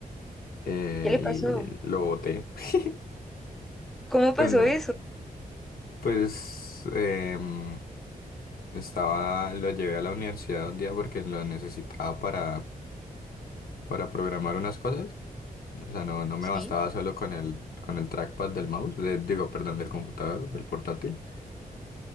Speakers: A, on the left (about 75°); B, in the centre.
A: eh,
B: ¿Qué le pasó?
A: y lo boté. <laughs>
B: ¿Cómo pasó
A: Bueno,
B: eso?
A: pues em, Estaba, lo llevé a la universidad un día porque lo necesitaba para, para programar unas cosas. O sea, no, no me
B: Sí.
A: bastaba solo con el, con el trackpad del mouse, de- digo, perdón, del computador, del portátil.